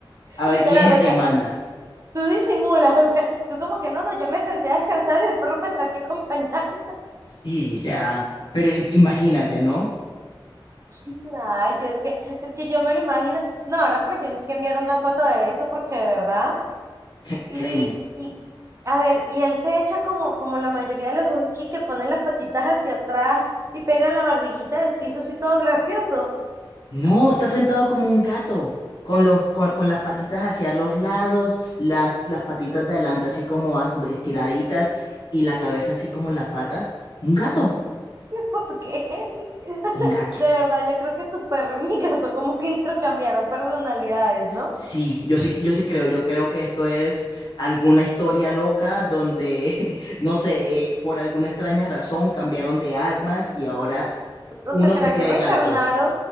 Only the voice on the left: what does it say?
a
ver quién es el
que
manda.
Y, o sea, pero i- imagínate, ¿no?
<laughs>
Créeme.
No, está sentado como un gato, con los, con, con las patitas hacia los lados, las, las patitas de adelante así como as- estiraditas y la cabeza así como en las patas. Un gato,
un
gato.
Sí, yo sí, yo sí creo, yo creo que esto es alguna historia loca donde, <laughs> no sé, por alguna extraña razón cambiaron de armas y ahora uno
se cree
gato.